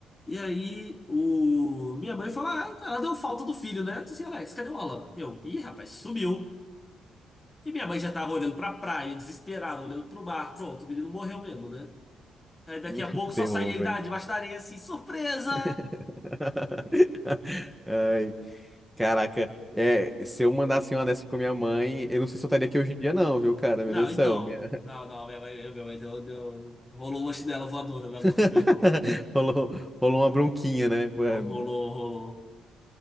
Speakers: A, on the left; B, in the centre.
A: E aí, o... minha mãe falou: Ah, ela deu falta do filho, né? Eu disse, Alex, cadê o Alan? Eu, ih, rapaz, sumiu. E minha mãe já tava olhando pra praia, desesperada, olhando pro mar. Pronto, o menino morreu mesmo, né? Aí daqui
B: <laughs>
A: a pouco só
B: Terror,
A: sai ele
B: velho.
A: da, debaixo da areia assim, surpresa!
B: <laughs> Ai, caraca. É, se eu mandasse uma dessa com minha mãe, eu não sei se eu estaria aqui hoje em dia, não, viu, cara?
A: Não,
B: Meu Deus
A: então.
B: do céu. minha-
A: Não, não, minha mãe, minha mãe deu, deu- rolou uma chinela voadora na
B: <laughs>
A: nuca do meu irmão.
B: Rolou, rolou uma bronquinha, né? Foi-
A: Não rolou, rolou.